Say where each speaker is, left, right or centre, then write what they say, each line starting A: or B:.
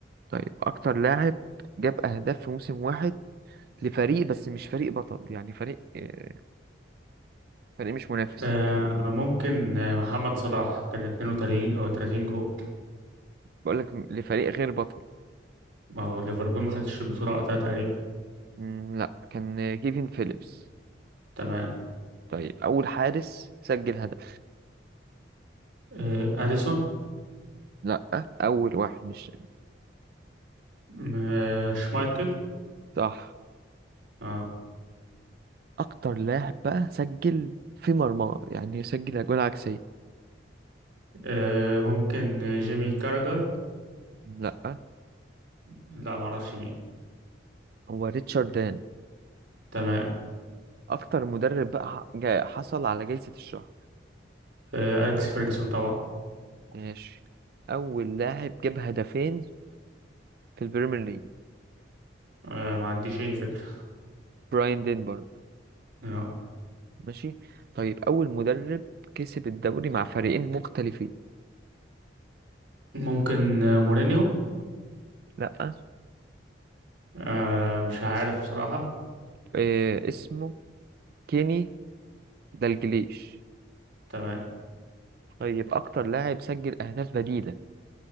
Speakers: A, on the right; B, on the right.
A: طيب أكتر لاعب جاب أهداف في موسم واحد لفريق بس مش فريق بطل يعني فريق آه، فريق مش منافس
B: آه ممكن آه، محمد صلاح كان 32 او 30 جول
A: بقول لك لفريق غير بطل
B: ما هو ليفربول ما خدش البطولة وقتها تقريبا
A: مم، لا كان آه، كيفن فيليبس
B: تمام
A: طيب أول حارس سجل هدف
B: آه اديسون
A: لا أول واحد مش
B: م- آه شمايكل
A: صح
B: آه.
A: اكتر لاعب بقى سجل في مرمى يعني سجل اجوان عكسيه
B: آه ممكن آه، جيمي كاراجر
A: لا
B: لا ما اعرفش مين
A: هو ريتشارد دان
B: تمام
A: اكتر مدرب بقى ح- جا- حصل على جائزه الشهر
B: آه اليكس فيرجسون طبعا
A: ماشي اول لاعب جاب هدفين في البريمير ليج
B: آه ما عنديش اي فكرة
A: براين دينبرج
B: آه.
A: ماشي طيب اول مدرب كسب الدوري مع فريقين مختلفين
B: ممكن آه مورينيو
A: لا
B: آه مش عارف بصراحة
A: إيه اسمه كيني دالجليش
B: تمام
A: طيب اكتر لاعب سجل اهداف بديله